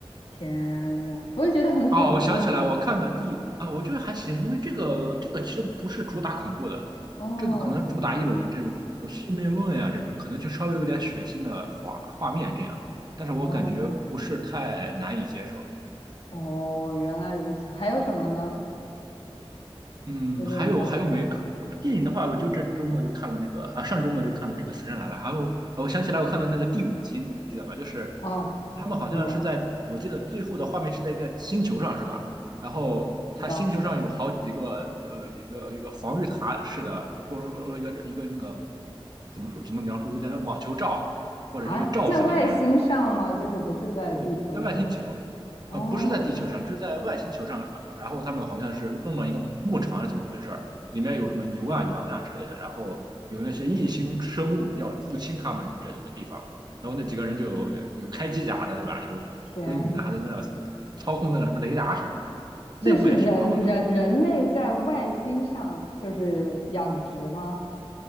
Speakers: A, on the left; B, on the right.
A: 天呐，不会觉得很恐怖吗？
B: 啊！我想起来，我看的第啊，我觉得还行，因为这个这个其实不是主打恐怖的，
A: 哦
B: 这个可能主打一种这种什么宿命论呀、这种可能就稍微有点血腥的画画面这样的，但是我感觉不是太难以接受。
A: 哦哦，原来如此。还有什么呢？
B: 嗯，
A: 就是你刚才说，
B: 还有还有没电影的话，我就这周末就看了那个啊，上周末就看了这个《死神来了》，还有呃我想起来我看了那个第五集，你记得吧？就是
A: 哦，
B: 他们好像是在，
A: 怎么了？
B: 我记得最后的画面是在一个星球上，是吧？然后他星球上有好几个
A: 知道没看过
B: 呃一个一个防御塔似的，或者说一个一个那个怎么说怎么描述，有点像网球罩或者一个罩子里面。
A: 啊？在外星上吗？就是不是在地球上？
B: 对对，在外星球，
A: 哦，
B: 呃，不是在地球上，这是在外星球上吧？然后他们好像是弄了一个牧场，是怎么回事儿？里面有什么牛啊、羊呀、之类的，然后有那些异星生物要入侵他们这个地方，然后那几个人就有有开机甲的，对吧？有有有个女的还在那
A: 天呐，
B: 操控那个什么雷达什么的，
A: 所以对是人人人类在外星上就是养殖吗？
B: 那部也挺棒的。